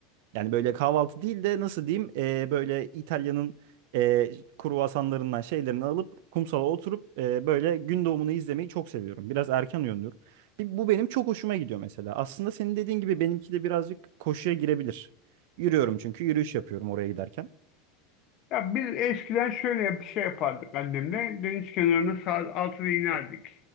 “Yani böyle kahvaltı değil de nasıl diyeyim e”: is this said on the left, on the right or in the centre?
Right